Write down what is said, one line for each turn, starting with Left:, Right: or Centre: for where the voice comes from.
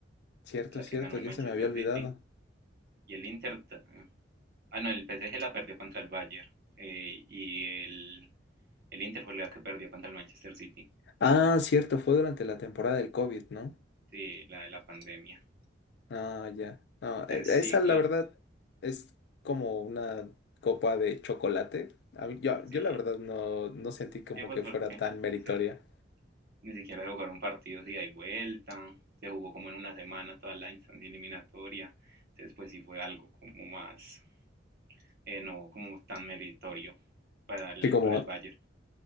Left: cierto,
Right: la
Left: cierto,
Right: que ganó
Left: ya
Right: el Manchester
Left: se me había olvidado.
Right: City. Y el Inter. ta- Ah, no, el PSG la perdió contra el Bayern. Eh, y el El Inter fue la que perdió contra el Manchester City.
Left: Ah, cierto, fue durante la temporada del COVID, ¿no?
Right: Sí, la de la pandemia.
Left: Ah, ya. No,
Right: Entonces,
Left: e-
Right: sí,
Left: esa
Right: claro.
Left: la verdad es como una copa de chocolate. A mí- yo,
Right: Sí,
Left: yo la verdad no, no sentí como
Right: sí, pues
Left: que
Right: porque,
Left: fuera tan meritoria.
Right: o sea, ni siquiera se jugaron partidos de ida y vuelta. Se jugó como en una semana toda la instancia eliminatoria. Entonces, pues sí fue algo como más, eh, no como tan meritorio para el,
Left: Y como,
Right: para el Bayern.